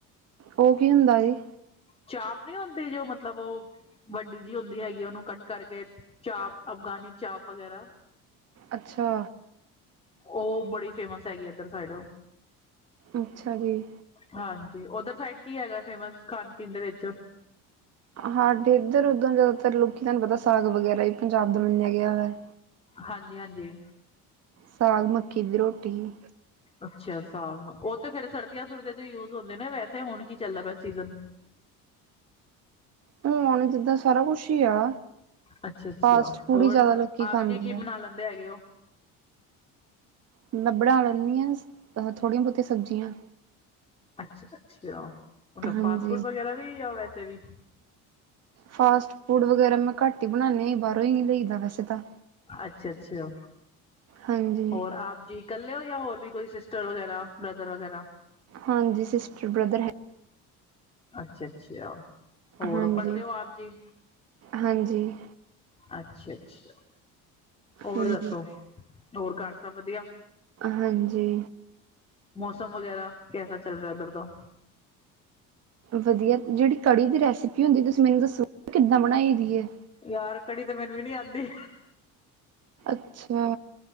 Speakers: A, on the right; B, on the left.
A: ਉਹ ਕੀ ਹੁੰਦਾ ਹੈ ਜੀ।
B: ਚਾਪ ਨਹੀਂ ਹੁੰਦੀ, ਜੋ ਮੱਤਲਬ ਉਹ। ਵੱਡੀ ਜਿਹੀ ਹੁੰਦੀ ਹੈਗੀ ਹੈ। ਉਹਨੂੰ ਕੱਟ ਕਰਕੇ ਚਾਪ ਅਫ਼ਗਾਨੀ ਚਾਪ ਵਗੈਰਾ।
A: ਅੱਛਾ।
B: ਉਹ ਬੜੀ ਫੇਮਸ ਹੈਗੀ ਏ ਇੱਧਰ ਸਾਈਡ।
A: ਅੱਛਾ ਜੀ।
B: ਹਾਂਜੀ, ਉਧਰ ਸਾਈਡ ਕੀ ਹੈਗਾ ਫੇਮਂਸ, ਖਾਣ- ਪੀਣ ਦੇ ਵਿੱਚ।
A: ਹਾਂਡੇ ਇੱਧਰ ਉੱਧਰ ਜ਼ਿਆਦਾਤਰ, ਲੋਕੀ ਤੁਹਾਨੂੰ ਪਤਾ ਸਾਗ ਵਗੈਰਾ ਵੀ ਪੰਜਾਬ ਦਾ ਮੰਨਿਆ ਗਿਆ ਹੈ।
B: ਹਾਂਜੀ- ਹਾਂਜੀ।
A: ਸਾਗ ਮੱਕੀ ਦੀ ਰੋਟੀ ਹੀ।
B: ਅੱਛਾ, ਉਹ ਤੇ ਫੇਰ ਸਰਦੀਆਂ- ਸੁਰਦੀਆਂ ਤੇ ਯੂਜ ਹੁੰਦੇ ਨੇ। ਵੈਸੇ ਹੁਣ ਕੀ ਚੱਲਦਾ ਪਿਆ ਸੀਜ਼ਨ।
A: ਹੁਣ ਜਿੱਦਾਂ, ਸਾਰਾ ਕੁੱਛ ਹੀ ਆ।
B: ਅੱਛਾ- ਅੱਛਾ।
A: ਫਾਸਟ ਫੂਡ
B: ਹੋਰ
A: ਹੀ ਜ਼ਿਆਦਾ ਲੋਕੀ ਖਾਂਦੇ
B: ਆਪ ਜੀ ਕੀ ਬਣਾ
A: ਆ।
B: ਲੈਂਦੇ ਹੈਗੇ ਹੋ?
A: ਮੈਂ ਬਣਾ ਲੈਂਦੀ ਹਾਂ ਥੋੜੀਆਂ ਬਹੁਤੀਆਂ ਸਬਜ਼ੀਆਂ।
B: ਅੱਛਾ- ਅੱਛਾ। ਮੱਤਲਬ
A: ਹਾਂਜੀ।
B: ਫਾਸਟ ਫੂਡ ਵਗੈਰਾ ਵੀ ਜਾਂ ਵੈਸੇ ਵੀ।
A: ਫਾਸਟ ਫੂੱਡ ਵਗੈਰਾ ਮੈਂ ਘੱਟ ਹੀ, ਬਣਾਉਂਦੀ ਬਾਹਰੋਂ ਹੀ ਲਈਦਾ ਵੈਸੇ ਤਾਂ।
B: ਅੱਛਾ- ਅੱਛਾ।
A: ਹਾਂਜੀ।
B: ਹੋਰ ਆਪ ਜੀ। ਇੱਕਲੇ ਹੋ ਜਾਂ, ਹੋਰ ਵੀ ਕੋਈ ਸਿਸਟਰ ਵਗੈਰਾ ਬ੍ਰਦਰ ਵਗੈਰਾ।
A: ਹਾਂਜੀ, ਸਿਸਟਰ, ਬ੍ਰਦਰ ਹੈ।
B: ਅੱਛਾ- ਅੱਛਾ, ਹੋਰ
A: ਹਾਂਜੀ
B: ਪੜਦੇ ਹੋ ਆਪ ਜੀ?
A: ਹਾਂਜੀ।
B: ਅੱਛਾ- ਅੱਛਾ। ਹੋਰ
A: ਹਾਂਜੀ
B: ਦੱਸੋ? ਹੋਰ ਘਰ ਸੱਭ ਵਧੀਆ?
A: ਹਾਂਜੀ।
B: ਮੌਸਮ ਵਗੈਰਾ ਕੈਸਾ ਚੱਲ ਰਿਹਾ ਉੱਧਰ ਦਾ।
A: ਵਧੀਆ। ਜਿਹੜੀ ਕੜੀ ਦੀ ਰੈਸਪੀ ਹੁੰਦੀ, ਤੁਸੀਂ ਮੈਨੂੰ ਦੱਸੋ ਕਿੱਦਾਂ ਬਣਾਈ ਦੀ ਹੈ।
B: ਯਾਰ, ਕੜੀ ਤੇ ਮੈਨੂੰ ਵੀ ਨਹੀਂ ਆਉਂਦੀ।
A: ਅੱਛਾ।